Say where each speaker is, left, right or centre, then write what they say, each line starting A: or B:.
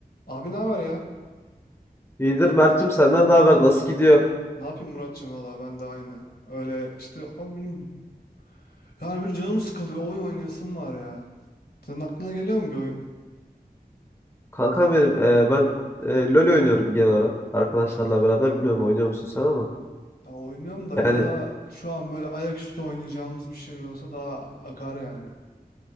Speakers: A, on the left; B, on the left.
A: Abi ne haber ya?
B: İyidir Mert'cim senden ne haber? Nasıl gidiyor?
A: Ne yapayım Muratçım valla ben de aynı. Öyle işte abi benim yani bir canım sıkıldı bir oyun oynayasım var ya. Senin aklına geliyor mu bir oyun?
B: Kankam benim e, ben e, LoL oynuyorum genel olarak arkadaşlarla beraber. Bilmiyorum oynuyor musun sen ama.
A: Ya oynuyorum da
B: Yani
A: böyle daha şu an böyle ayaküstü oynayacağımız bir şey olsa daha akar yani.